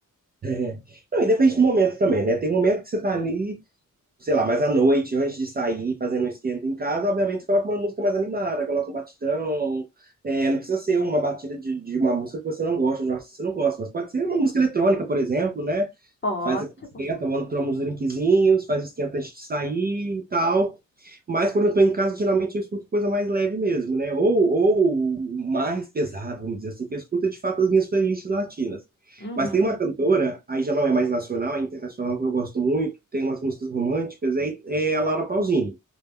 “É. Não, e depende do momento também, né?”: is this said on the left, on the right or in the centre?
Right